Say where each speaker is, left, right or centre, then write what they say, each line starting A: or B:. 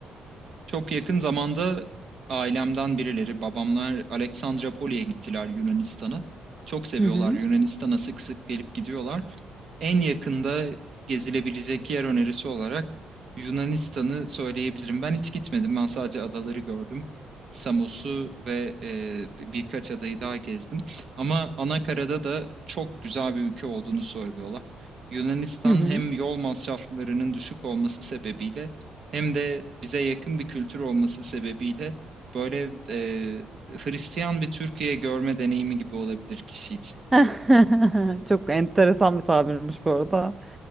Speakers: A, on the right; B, on the right.
A: Çok yakın zamanda ailemden birileri, babamlar Aleksandropoli'ye gittiler Yunanistan'a. Çok seviyorlar
B: Hı hı.
A: Yunanistan'a sık sık gelip gidiyorlar. en yakında gezilebilecek yer önerisi olarak Yunanistan'ı söyleyebilirim. Ben hiç gitmedim. Ben sadece adaları gördüm. Samos'u ve e, birkaç adayı daha gezdim. Ama Anakara'da da çok güzel bir ülke olduğunu söylüyorlar. Yunanistan
B: Hı hı.
A: hem yol masraflarının düşük olması sebebiyle hem de bize yakın bir kültür olması sebebiyle böyle e, Hristiyan bir Türkiye görme deneyimi gibi olabilir kişi için.
B: <laughs> Çok enteresan bir tabirmiş bu arada.